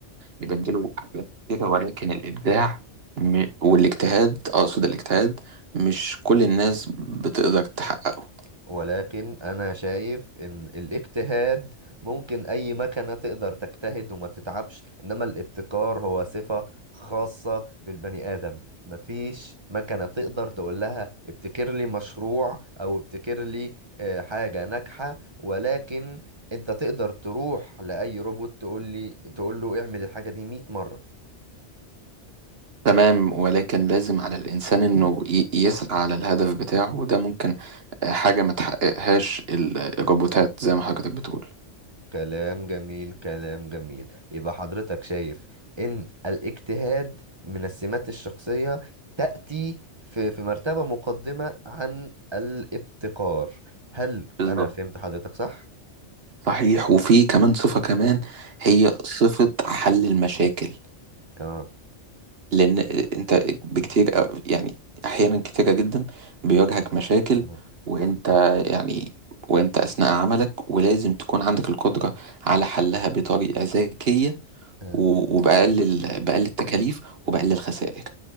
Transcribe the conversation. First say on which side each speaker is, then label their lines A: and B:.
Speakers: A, on the right (about 55°); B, on the right (about 25°).
A: يبدله حاجات كتيرة ولكن الإبداع م- والاجتهاد أقصد الاجتهاد مش كل الناس بتقدر تحققه
B: ولكن انا شايف ان الاجتهاد ممكن اي مكنة تقدر تجتهد وما تتعبش انما الابتكار هو صفة خاصة بالبني ادم مفيش مكنة تقدر تقول لها ابتكر لي مشروع او ابتكر لي آه، حاجة ناجحة ولكن انت تقدر تروح لاي روبوت تقول لي تقول له اعمل الحاجة دي 100 مرة
A: تمام ولكن لازم على الإنسان إنه ي- يسعى على الهدف بتاعه وده ممكن آه، حاجة ما تحققهاش ال- الروبوتات زي ما حضرتك بتقول
B: كلام جميل كلام جميل يبقى حضرتك شايف ان الاجتهاد من السمات الشخصية تأتي في في مرتبة مقدمة عن الابتكار هل
A: بالظبط.
B: انا فهمت حضرتك صح؟
A: صحيح وفي كمان صفة كمان هي صفة حل المشاكل
B: اه
A: لأن أنت بكتير يعني أحيانا كتيرة جدا بيواجهك مشاكل
B: اه
A: وأنت يعني وأنت أثناء عملك ولازم تكون عندك القدرة على حلها بطريقة ذكية
B: آه.
A: و- وبأقل ال- بأقل التكاليف وبأقل الخسائر